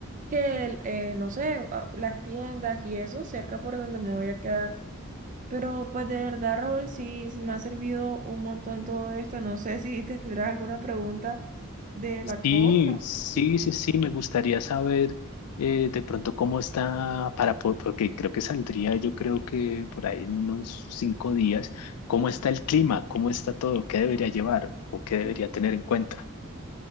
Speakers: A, on the right (about 35°); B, on the left (about 80°).
A: que, el, eh, no sé, a- las tiendas y eso, cerca por donde me voy a quedar. Pero pues de verdad, Raúl, sí, sí me ha servido un montón todo esto. No sé si <laughs> tendrás alguna pregunta de la costa.
B: Sí, sí,
A: ¿sí?
B: sí, sí, me gustaría saber eh, de pronto cómo está para, po- porque creo que saldría, yo creo que por ahí en unos cinco días, cómo está el clima, cómo está todo, qué debería llevar o qué debería
A: sí.
B: tener en cuenta.